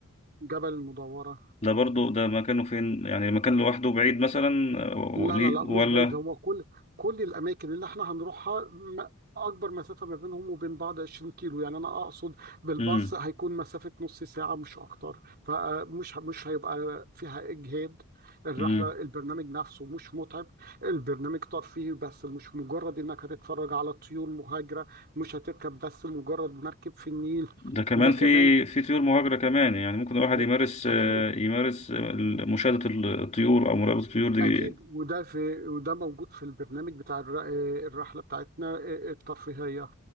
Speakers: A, on the right; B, on the left.
A: جبل المدورة
B: ده برضو ده مكانه فين يعني المكان لوحده بعيد مثلا آه، وليه-
A: لا لا لا مش
B: ولا
A: بعيد هو كل كل الاماكن اللي احنا هنروحها م- اكبر مسافه ما بينهم وبين بعض 20 كيلو يعني انا اقصد بالباص
B: امم
A: هيكون مسافه نص ساعه مش اكتر فمش مش هيبقى فيها اجهاد الرحله
B: امم
A: البرنامج نفسه مش متعب البرنامج ترفيهي بس مش مجرد انك هتتفرج على الطيور مهاجره مش هتركب بس مجرد مركب في النيل
B: ده كمان
A: ده
B: في
A: كمان
B: في طيور مهاجرة كمان يعني ممكن الواحد
A: لا،
B: يمارس
A: اكيد
B: آه، يمارس آه، مشاهدة الطيور أو مراقبة الطيور دي
A: أكيد وده في وده موجود في البرنامج بتاع الر- الرحلة بتاعتنا آه، الترفيهية